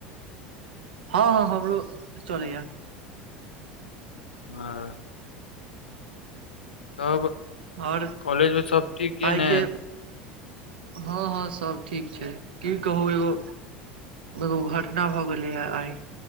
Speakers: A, on the right; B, on the left.
A: हँ हँ हमरो चलैय
B: हँ तब
A: आओर
B: कॉलेजमे सब ठीक य
A: आइके
B: ने
A: हँ हँ सब ठीक छै की कहू एगो एगो घटना भऽ गेले ह आइ